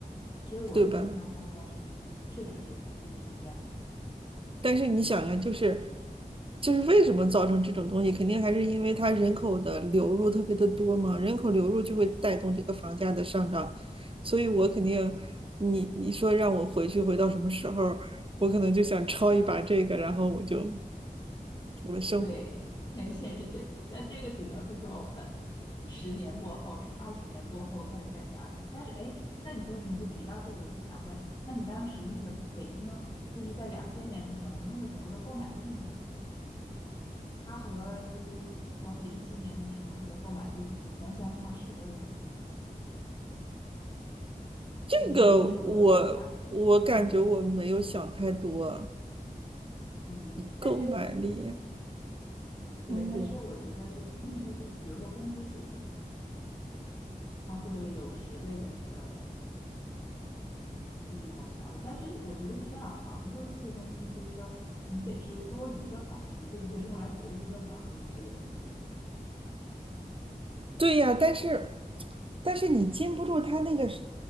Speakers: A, on the left (about 30°); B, on the right (about 35°).
A: 所以我就印象他应该是就是确实是就是挺远。
B: 对吧？但是你想呀，就是就是为什么造成这种东西，肯定还是因为它人口的流入特别的多嘛，人口流入就会带动这个房价的上涨，所以我肯定，你你说让我回去回到什么时候，我可能就想抄一把这个，然后我就我的生
A: 对，<laughs> 很现实，对，但这个只能是说我们十年过后，是二十年过后再再想起。但是，哎，那你说你就提到这个，我就想问，那你当时那个北京，就是在两千年的时候，那个时候的购买力呢？它和就是比如说和一七年的时候这个购买力能相差十倍吗？
B: 这个我我感觉我没有想太多，
A: 就是那个时候的物价水平，嗯嗯，嗯但是
B: 购买力，
A: 对，
B: 嗯。
A: 但是我觉得就那你说就比如说工资水平呢？它会有十倍的那个促应感是达不到。但是我觉得是这样，房子这个东西就是说，你得是多余的房子，对不对？用来投资的房子才有意义。
B: 对呀，但是但是你禁不住他那个是